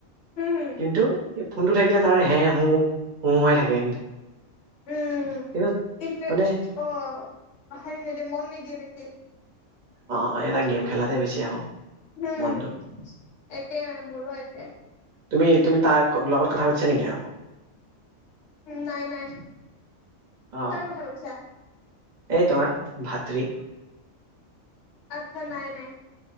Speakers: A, on the left; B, on the right.
A: উম
B: কিন্তু। এই ফোনটো থাকিলে তাৰ হে হো হো হো হৈ থাকে
A: উম
B: কিন্তু
A: কিন্তু
B: মানে
A: অ হেৰি নিদিয়ে মন নিদিয়ে বেছি
B: অহ এটা গেম খেলাতে বেছি আৰু
A: উম
B: মনটো
A: একেই মোৰো একেই।
B: তুমি তুমি তাৰ লগত কথা পাতিছা নেকি আকৌ।
A: নাই নাই
B: অ
A: কাৰ কথা কৈছা।
B: এই তোমাৰ ভাতৃ।
A: আচ্ছা নাই নাই।